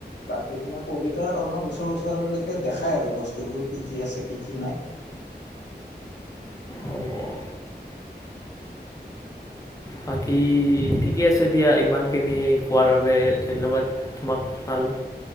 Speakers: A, on the left; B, on the left.
A: বাকী তোমাৰ পবিতৰাত অলপমান ওচৰ ওচৰলৈকে দেখাই আৰু বস্তুবোৰ কি কি আছে কি কি নাই।
B: অঁ বাকী ঠিকে আছে দিয়া ইমানখিনি কোৱাৰ বাবে ধন্যবাদ তোমাক জনালোঁ